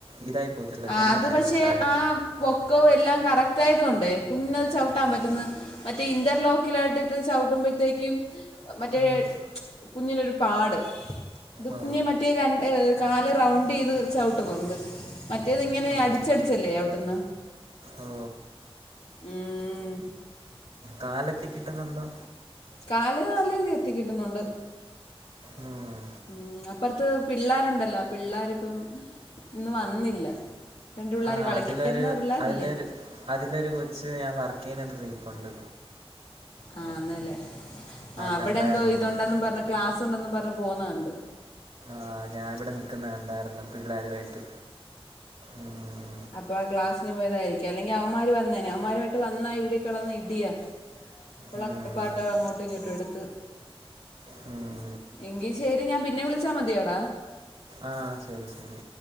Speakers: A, on the right; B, on the left.
A: ഇതായി പോകത്തില്ല
B: ആഹ്
A: തെന്നത്തില്ലേ
B: അത് പക്ഷെ
A: ടയർ
B: ആഹ് പൊക്കവും എല്ലാം കറക്റ്റ് റ്റായതു കൊണ്ടേ കുഞ്ഞിനത് ചവിട്ടാൻ പറ്റുന്നു. മറ്റേ ഇന്റർലോക്കിലായിട്ട് ഇത് ചവ് ട്ടുമ്പയ്ത്തേക്കും മറ്റേ
A: ഉം.
B: കുഞ്ഞിനൊരു പാട് കുഞ്ഞ്
A: ഓ
B: മറ്റേ രണ്ട് കാല് റൗണ്ട്യ്ത് ചവിട്ടുന്നുണ്ട്. മ റ്റേത്ങ്ങനെ
A: ഓ
B: അടിച്ചടിച്ചല്ലേ യവിട്ടുന്നേ
A: ഓ
B: ഉം
A: കാലെത്തി കിട്ടുന്നുണ്ടോ
B: കാല് നലേക്ക് എത്തിക്കിട്ടുന്നുണ്ട്
A: ഉം
B: ഉം അപ്പറത്ത് പിള്ളേരുണ്ടല്ലോ പിള്ളേരിപ്പം ഇന്ന് വന്നില്ല രണ്ട് പിള്ളേർ
A: ആഹ്
B: കളിക്കാരുന്ന
A: അതിലൊരു
B: പിള്ളേരില്ലേ
A: അതിലൊരു അതിലൊരു കൊച്ച് ഞാൻ വർക്ക് ചെയ്യുന്ന എടു പണ്ട്
B: ആഹ് ന്നല്ലേ ആ അവിടെ
A: കണ്ടായിരുന്നു
B: എന്തോ ഇതുണ്ടെന്നും
A: ഇന്ന്
B: പറഞ്ഞഞ് ക്ലാസ് ഉണ്ടെന്നും പറഞ്ഞ പോന്നാണ്ട്
A: ആഹ് ഞാനിവിടെ നിക്കുന്ന കണ്ടായിരുന്നു പിള്ളേരു ആയിട്ട് ഉം
B: അപ്പൊ ആഹ് ക്ലാസ്സിന് പോയതായിരിക്കും അല്ലെങ്കി അവന്മാർ വന്നേനെ അവമാരുമായിട്ട് വന്നാ ഇവിടെ കിടന്ന് ഇടിയാ <unintelligible>
A: ഉം
B: അങ്ങോട്ടും ഇങ്ങോട്ടും എടുത്ത്
A: ഉം
B: എങ്കി ശരി ഞാൻ പിന്നെ വിളിച്ചാ മതിയോടാ
A: ആഹ് ശരി ശരി